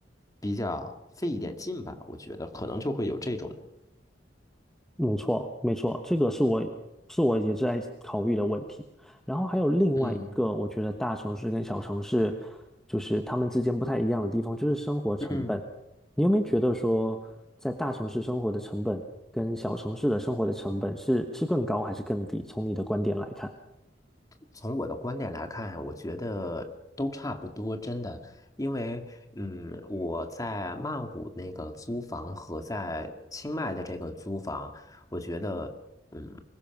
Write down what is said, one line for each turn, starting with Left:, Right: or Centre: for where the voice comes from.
Left: 比较费一点劲吧，我觉得可能就会有这种。
Centre: 没错，没错，这个是我是我也在考虑的问题。然后还有另外一个，
Left: 嗯
Centre: 我觉得大城市跟小城市，就是他们之间不太一样的地方，就是生活成本。
Left: 嗯。
Centre: 你有没有觉得说，在大城市生活的成本跟小城市的生活的成本是是更高还是更低？从你的观点来看。
Left: 从我的观点来看，我觉得都差不多，真的。因为，嗯，我在曼谷那个租房和在清迈的这个租房，我觉得，嗯，